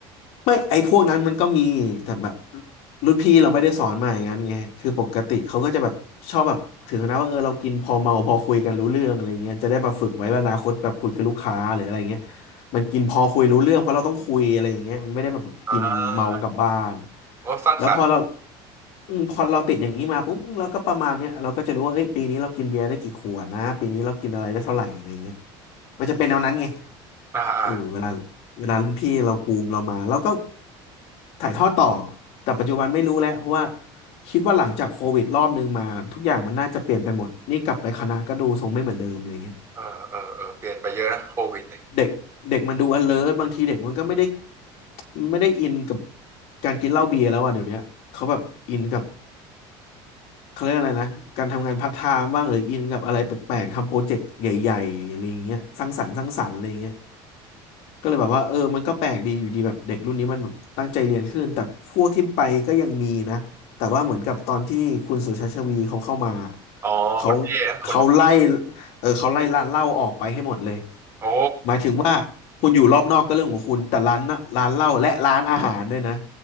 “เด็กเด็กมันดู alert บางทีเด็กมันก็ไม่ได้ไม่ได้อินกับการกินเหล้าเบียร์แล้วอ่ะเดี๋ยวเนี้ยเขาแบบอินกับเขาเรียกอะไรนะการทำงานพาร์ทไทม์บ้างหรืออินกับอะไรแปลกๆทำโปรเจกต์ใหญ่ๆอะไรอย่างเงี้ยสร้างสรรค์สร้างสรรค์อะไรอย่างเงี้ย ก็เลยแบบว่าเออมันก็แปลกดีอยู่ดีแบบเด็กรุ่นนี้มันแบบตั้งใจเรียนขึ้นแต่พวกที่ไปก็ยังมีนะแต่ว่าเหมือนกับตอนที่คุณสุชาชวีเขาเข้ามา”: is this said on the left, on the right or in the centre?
Left